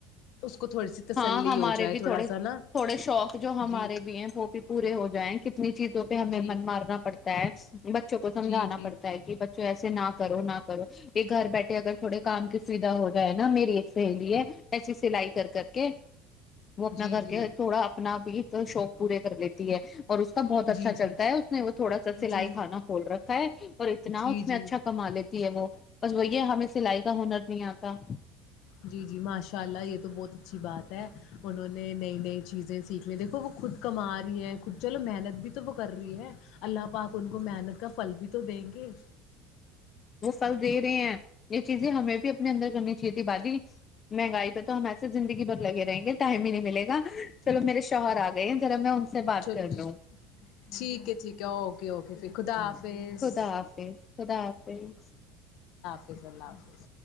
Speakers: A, on the left; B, on the left.
A: کو تھوڑی سی تسلی
B: ہاں ہمارے
A: ہو جائے
B: بھی
A: تھوڑا
B: تھوڑے
A: سا
B: تھوڑے
A: نا
B: شوق جو ہمارے
A: جی
B: بھی ہیں وہ بھی پورے ہو جائیں کتنی چیزیں پہ ہمیں
A: جی
B: من مارنا پڑتا ہے بچوں کو سمجھانا
A: جی جی
B: پڑتا ہے کہ بچوں ایسے ناک کرو نہ کرو یہ گھر بیٹھے اگر تھوڑے کام کی سویدھا ہو جائے نا میری ایک سہیلی ہے ایسی سلائی کر کر کہ وہ اپنا
A: جی
B: گھر
A: جی
B: کے تھوڑا اپنا بھی شوق پورے کر لیتی ہے اور اس کا بہت
A: جی
B: اچھا چلتا ہے اس نے وہ تھوڑا
A: جی
B: سا سلائی کھانا کھول رکھا ہے اور اتنا
A: جی
B: اس میں
A: جی
B: اچھا کما لیتی ہے وہ بس وہی ہمیں سلائی کا ہنر نہیں آتا
A: جی جی ماشاء اللہ یہ تو بہت اچھی بات ہے انہوں نے نئی نئی چیزیں سیکھ لی دیکھو وہ خود کما رہی ہیں خود چلو محنت بھی تو وہ کر رہی ہے اللہ پاک ان کو محنت کا فل بھی تو دیں گے
B: وہ فھل دے رہے ہیں یہ چیزیں ہمیں بھی اپنے اندر کرنی تھی باجی مہنگائی پہ تو ہم ایسے زندگی بھر لگے رہیں گے ٹائم ہی نہیں ملےا چلو میرے شوہر آ گئے ہیں را میں ان سے بات
A: چلو
B: کر لوں
A: ٹھیک ہے ٹھیک ہے اوکے اوکے پھر خدا
B: ہ
A: حافظ
B: خدا حافظ خدا حافظ
A: حفظ اللہ حافظ